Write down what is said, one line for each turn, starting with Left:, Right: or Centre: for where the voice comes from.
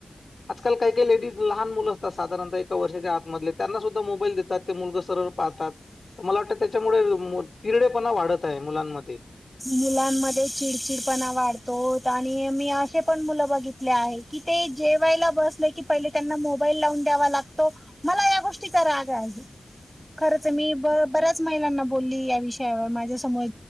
Left: आजकाल काही काही डीज लहान मुलं असतात साधारणतः ए वर्षाच्या आतमधले त्यांना सुद्धा मोबाईल देतात ते मु पाहतात तर मला वाटत त्याच्यामुळे पिरडे पणा वाढत आहे मुलांमध्ये
Centre: मुलांमध्ये चिडचिडपणा वाढतो आणि मी असे पण मुलं बघितले आहेी कि ते जेवायला बसले की पहिले त्यांना मोबाईल लावून द्यावा लागतो मला या गोष्टीचा राग आहे
Left: <unintelligible>
Centre: खरं तर मी ब बऱ्याच महिलांना बोलली या विषयावर माझ्यासमोर